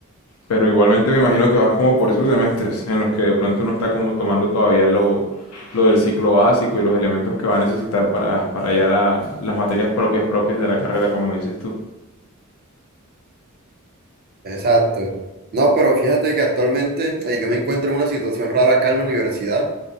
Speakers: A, on the left; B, on the right.
A: Pero igualmente me imagino que vas como por esos semestres en los que de pronto uno está como tomando todavía lo, lo del ciclo básico y los elementos que va a necesitar para, para ya la- las materias propias propias de la carrera, como dices tú.
B: Exacto. No, pero fíjate que actualmente eh, yo me encuentro en una situación rara acá en la universidad